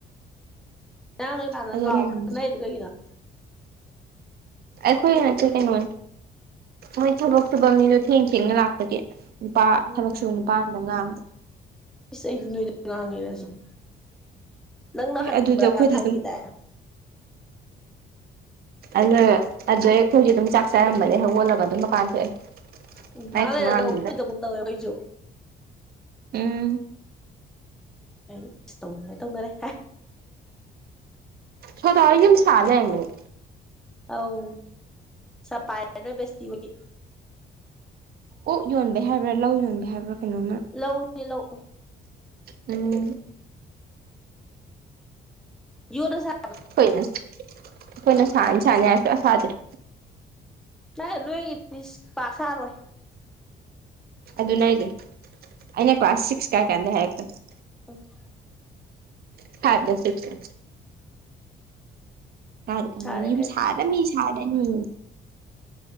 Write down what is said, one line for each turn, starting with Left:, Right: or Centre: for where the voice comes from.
Centre: ꯌꯥꯥꯟ
Right: ꯑꯗꯨ
Centre: ꯂꯥꯛꯑꯣꯗꯨ
Right: ꯂꯩꯔꯝꯗ꯭ꯔꯦ
Centre: ꯀꯩꯅ <unintelligible>
Right: ꯑꯩꯈꯣꯏꯅꯠꯇ ꯀꯩꯅꯣ ꯃꯣꯏ ꯊꯕꯛ ꯁꯨꯕ ꯃꯤꯗꯣ ꯊꯦꯡ ꯊꯦꯡꯅ ꯂꯥꯛꯄꯒꯤ ꯅꯨꯄꯥ
Centre: ꯎꯝ
Right: ꯊꯕꯛꯁꯨ ꯅꯨꯄꯥ ꯑꯝꯗ ꯉꯥꯡꯕ
Centre: ꯏꯁ ꯑꯩꯗꯤ ꯅꫭꯏꯗ ꯉꯥꯡꯔꯤ ꯁꯤꯅꯤ ꯅꯪꯅ
Right: ꯑꯦ
Centre: ꯍꯟꯕ꯭ꯔꯥ
Right: ꯑꯗꯨꯗ ꯑꯩꯈꯣꯏꯗ
Centre: ꯀꯥ ꯌꯥꯝ ꯍꯥꯏꯈꯤ
Right: ꯑꯗꯨꯝ
Centre: ꯗꯥꯏ
Right: ꯑꯩꯅ ꯑꯗꯩ ꯍꯈꯣꯏꯖꯨ ꯑꯗꯨꯝ ꯆꯥꯛ ꯆꯥꯔꯝꯕꯅꯦ ꯍꯧꯒꯣꯜꯂꯒ ꯑꯗꯨꯝ ꯃꯀꯥꯟ ꯊꯣꯛꯑꯦ
Centre: ꯎꯝ ꯉꯩꯍꯥꯛ
Right: ꯃꯥꯏ ꯈꯨꯉꯥꯡꯗꯨꯗ
Centre: ꯂꯩꯔꯒ ꯑꯈꫭꯏꯗ ꯑꯍꯨꯛ ꯇꯧꯋ‌ꯦ ꯑꯣꯈꫭꯏꯁꯨ
Right: ꯎꯝ
Centre: ꯑꯁ ꯇꯧꯅꯔꯦ ꯇꯧꯅꯔꯦ
Right: ꯁꫭꯗꯥ ꯍꫭꯏ ꯌꯨꯝ ꯁꯥ ꯂꯩꯔꯝꯃ‌ꯦꯅ‌ꯦ
Centre: ꯑꯧ ꯁꯄꯅ ꯦꯁ ꯊꯕꯒꯤ
Right: ꯑꯣꯛ ꯌꯣꯟꯕꯦ ꯍꯥꯏꯕ꯭ꯔꯥ ꯂꯧ ꯌꯣꯟꯕ ꯍꯥꯏꯕ꯭ꯔꯥ ꯀꯩꯅꯣꯝꯃ
Centre: ꯂꯧꯅꯤ ꯂꯧ
Right: ꯎꯝ
Centre: ꯌꯗꯁ <unintelligible>
Right: ꯑꯈꫭꯏꯅ ꯑꯈꫭꯏꯅ ꯁꯥꯅꯤ ꯁꯥꯅꯤ ꯍꯥꯏꯔꯥ ꯁꯨꯡꯁꯥ ꯁꯥꯗ‌ꯦ
Centre: ꯁꯗ ꯂꯣꯏꯒꯤ ꯃꯤꯅꯤꯁ ꯄꯥꯛ ꯁꯥꯔꯣꯏ <unintelligible>
Right: ꯑꯗꯨꯅ‌ꯦ ꯍꯥꯏꯖ‌ꯦ ꯑꯩꯅ ꯀ꯭ꯂꯥꯁ ꯁꯤꯛꯁ ꯀꯥꯏ ꯀꯥꯟꯗꯩ ꯍꯥꯏꯔꯛꯄꯅ‌ꯦ
Centre: <unintelligible>
Right: ꯐ꯭ꯋꯥꯞ ꯂꯥ ꯁꯤꯛꯁ ꯂꯥ ꯀꯔ ꯀꯥꯟꯗꯩ
Centre: ꯁꯥꯔꯦ
Right: ꯌꯨꯝ
Centre: ꯀꯩꯅꯣ
Right: ꯁꯥꯔꯗꯃꯤ ꯁꯥꯔꯗꯃꯤ